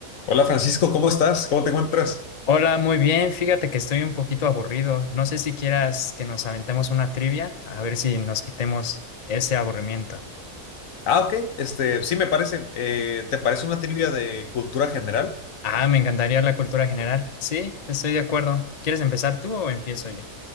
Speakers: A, on the left; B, on the left.
A: Hola Francisco, ¿cómo estás? ¿Cómo te encuentras?
B: Hola, muy bien. Fíjate que estoy un poquito aburrido. No sé si quieras que nos aventemos una trivia, a ver si nos quitemos ese aburrimiento.
A: Ah, ok, este, sí me parece. Eh, ¿te parece una trivia de cultura general?
B: Ah, me encantaría la cultura general. Sí, estoy de acuerdo. ¿Quieres empezar tú o empiezo yo?